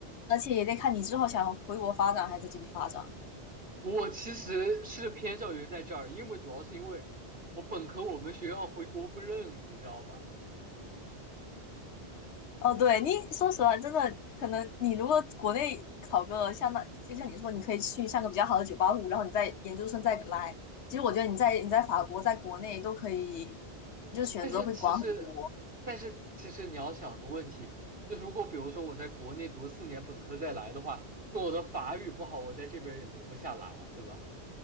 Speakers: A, on the left (about 80°); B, on the right (about 55°).
A: 而且也得看你之后想回国发展还是在这里发展。
B: 我其实是偏向于在这儿，因为主要是因为我本科我们学校回国不认，你知道吧？
A: 哦，对，你说实话，真的可能你如果国内考个像那，就像你说，你可以去上个比较好的九八五，然后你在研究生再来。其实我觉得你在你在法国，在国内都可以，就是选择会广很多。
B: 但是其实，但是其实你要想个问题，那如果比如说我在国内读四年本科再来的话，那我的法语不好，我在这边也留不下来啊，对吧？